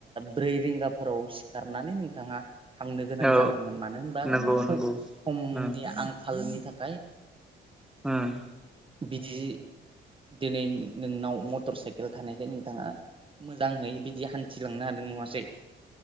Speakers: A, on the right (about 25°); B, in the centre.
A: ब्रै रिंगाफोराव सिखारनानै नोंथाङा थांनो गोनां
B: औ
A: जागौमोन मानो होनबा
B: नंगौ
A: सम
B: नंगौ
A: समनि
B: उम
A: आंखाल हालनि थाखाय।
B: उम
A: बिदि दिनै नोंनाव मटर साइकेल थानायखाय नोंथाङा मोजाङै बिदि हान्थिलांनो हादों नङासै?